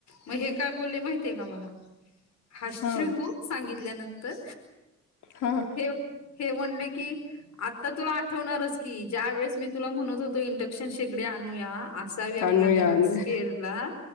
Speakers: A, on the left (about 60°); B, on the left (about 80°).
A: मग हे काय बोलले माहिते का मला? हसशील
B: हा
A: तू सांगितल्यानंतर.
B: ह, ह.
A: हे हे म्हणले की, आता तुला आठवणारच की, ज्या वेळेस मी तुला म्हणत होतो. इंडक्शन शेकडी आणूया, अससावी आपल्या
B: आणूया
A: घरात
B: आणूया
A: स्पेरला,